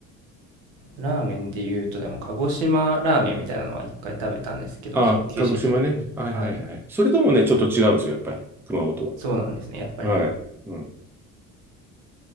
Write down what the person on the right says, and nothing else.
ラーメンで言うと、でも鹿児島ラーメンみたいなのは一回食べたんですけど、
その九州行った時に。
はい。
そうなんですね。やっぱり。